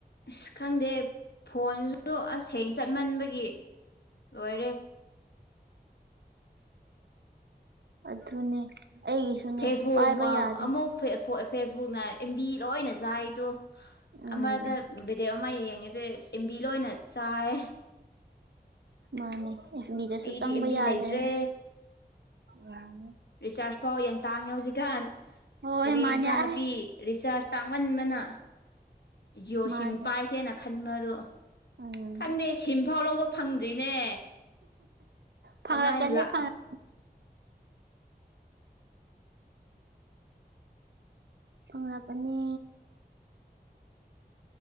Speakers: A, on the left (about 75°); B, on the right (about 85°).
A: ꯑꯁ ꯈꯪꯗꯦ ꯐꯣꯟꯁꯨ ꯑꯁ ꯍ꯭ꯌꯦ ꯆꯠꯃꯟꯕꯒꯤ ꯂꯣꯏꯔꯦ
B: ꯑꯗꯨꯅꯦ ꯑꯩꯒꯤꯁꯨꯅꯦ
A: ꯐꯦꯁꯕꯨꯛ
B: ꯄꯥꯏꯕ ꯌꯥꯗꯦ
A: ꯑꯃꯨꯛ ꯐꯦꯁꯕꯨꯛꯅ ꯑꯦꯝꯕꯤ ꯂꯣꯏꯅ ꯆꯥꯏꯗꯣ
B: ꯎꯝ
A: ꯑꯃꯗ ꯕꯦꯗꯤꯌꯣ ꯑꯃ ꯌꯦꯡꯉꯦꯗꯤ ꯑꯦꯝꯕꯤ ꯂꯣꯏꯅ ꯆꯥꯏ
B: ꯃꯥꯅꯤ ꯑꯦꯐ ꯕꯤꯗꯁꯨ
A: ꯑꯩꯒꯤꯗꯤ
B: ꯆꯪꯕ
A: ꯑꯦꯝꯕꯤ
B: ꯌꯥꯗ꯭ꯔꯦꯅꯦ
A: ꯂꯩꯇ꯭ꯔꯦ
B: ꯎꯝ
A: ꯔꯤꯆꯥꯔꯖ ꯐꯥꯎ ꯌꯥꯝ ꯇꯥꯡꯉꯦ ꯍꯧꯖꯤꯛꯀꯥꯟ
B: ꯍꯣꯏ
A: ꯀꯔꯤ
B: ꯃꯥꯅꯦ
A: ꯏꯟꯁꯥꯡ ꯅꯥꯄꯤ
B: ꯑꯩ
A: ꯔꯤꯆꯥꯔꯖ ꯇꯥꯡꯃꯟꯕꯅ ꯖꯤꯑꯣ
B: ꯃꯥꯅꯦ
A: ꯁꯤꯝ ꯄꯥꯏꯁꯦꯅ ꯈꯟꯕꯗꯣ
B: ꯎꯝ
A: ꯈꯪꯗꯦ ꯁꯤꯝꯐꯥꯎ ꯂꯧꯕ ꯐꯪꯗ꯭ꯔꯤꯅꯦ
B: ꯐꯪꯂꯛꯀꯅꯤ
A: ꯀꯃꯥꯏꯅ
B: ꯐꯉꯛ ꯐꯪꯂꯛꯀꯅꯤ